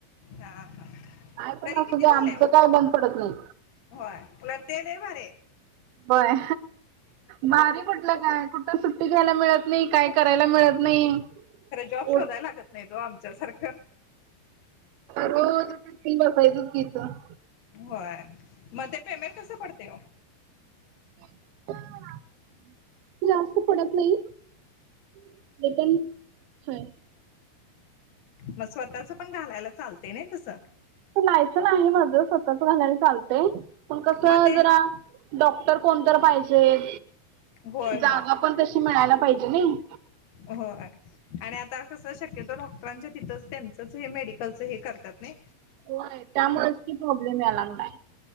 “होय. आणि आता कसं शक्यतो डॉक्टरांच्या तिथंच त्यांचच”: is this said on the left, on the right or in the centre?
Left